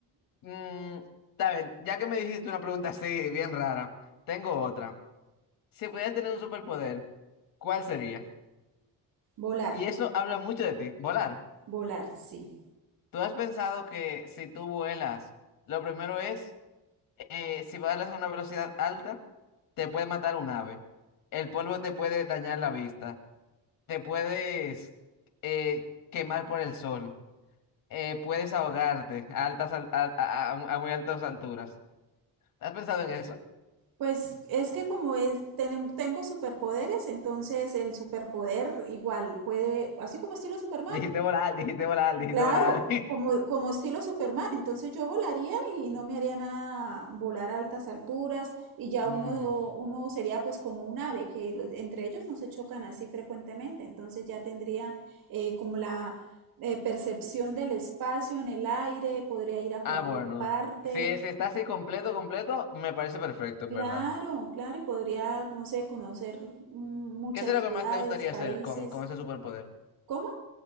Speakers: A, on the left (about 70°); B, on the right (about 75°).
A: Mm, está bien, ya que me dijiste una pregunta así, bien rara, tengo otra. Si pudieras tener un superpoder, ¿cuál sería?
B: Volar,
A: Y eso habla mucho de ti, volar.
B: volar, sí.
A: ¿Tú has pensado que si tú vuelas, lo primero es, eh, si vuelas a una velocidad alta, te puede matar un ave. El polvo te puede dañar la vista. Te puedes eh, quemar por el sol. eh, puedes ahogarte a altas, al- a, a- a- a muy altas alturas. ¿Has pensado en eso?
B: Pues es que como es, tenem- tengo superpoderes, entonces el superpoder igual puede, así como estilo
A: <laughs>
B: Superman,
A: Dijiste volar, dijiste volar, dijiste
B: Claro,
A: volar. <laughs>
B: como, como estilo Superman, entonces yo volaría y no me haría nada volar a altas alturas y ya
A: Mm,
B: uno, uno sería pues como un ave, que los- entre ellos no se chocan así frecuentemente, entonces ya tendría eh, como la eh, percepción del espacio en el aire, podría ir a
A: Ah,
B: cualquier
A: bueno.
B: parte,
A: Si, si está así completo, completo, me parece perfecto, en
B: claro,
A: verdad.
B: claro, y podría, no sé, conocer mm, muchas
A: ¿Qué es lo
B: ciudades,
A: que más te gustaría
B: países.
A: hacer con, con ese superpoder?
B: ¿Cómo?